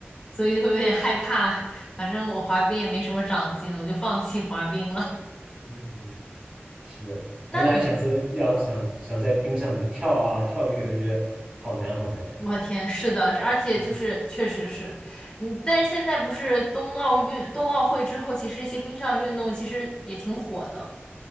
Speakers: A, on the left (about 20°); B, on the right (about 25°).
A: 所以会有点害怕。反正我滑冰也没什么长进，我就放弃滑冰了。
B: <laughs> 嗯嗯，是我那还想说要想想在冰上怎么跳啊跳跃，
A: <laughs> 那你，嗯
B: 我觉得好难好难。
A: 我天，是的，这而且就是确实是你，
B: 嗯
A: 但是现在不是冬奥运、冬奥会之后，其实一些冰上运动其实也挺火的，